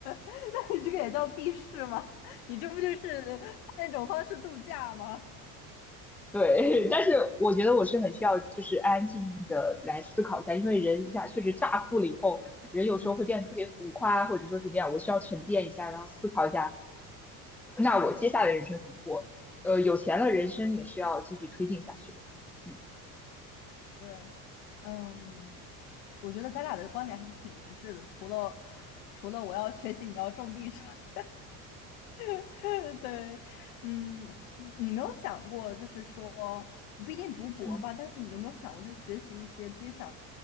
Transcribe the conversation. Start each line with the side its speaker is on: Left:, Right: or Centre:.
Left: 那你这个也叫避世吗？<laughs> 你这不就是换一种方式度假吗？
Centre: 对，<laughs> 但是我觉得我是很需要，就是安安静静的来思考一下，因为人一下确实乍富了以后，人有时候会变得特别浮夸，
Left: 嗯，
Centre: 或者说怎么样，我需要沉淀一下，然后思考一下，那我接下来人生怎么过？呃，有钱了，人生也是要继续推进下去的。嗯
Left: 对，嗯。我觉得咱俩的观点还是挺一致的，除了除了我要学习，你要种地之外，<laughs> 对，嗯，你没有想过，就是说不一定读博吧，
Centre: 嗯
Left: 但是你有没有想过，就是学习一些自己想